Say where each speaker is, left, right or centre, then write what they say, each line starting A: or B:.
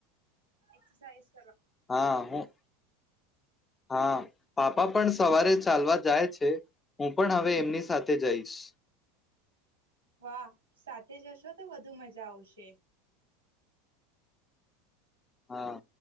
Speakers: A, on the right; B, on the left.
A: એ.
B: હા હું હા પાપા પણ સવારે ચાલવા જાય છે હું પણ હવે એમની સાથે જઈશ.
A: વાહ સાથે જશો તો વધુ મજા આવશે.
B: હા